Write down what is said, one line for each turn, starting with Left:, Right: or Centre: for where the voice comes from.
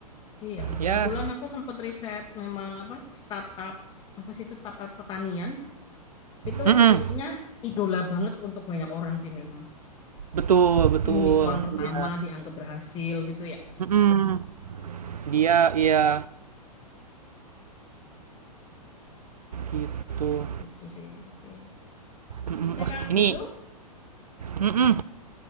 Left: Iya,
Right: ya
Left: kebetulan aku sempat riset memang apa startup apa sih itu startup pertanian itu
Right: mhm,
Left: CEO-nya idola banget untuk banyak orang sih memang.
Right: betul betul,
Left: Unicorn pertama
Right: iya,
Left: dianggap berhasil gitu ya.
Right: mhm. Dia iya gitu.
Left: Gitu sih. Oke.
Right: Mhm,
Left: Oke
Right: wah,
Left: Kak,
Right: ini
Left: gitu.
Right: mhm,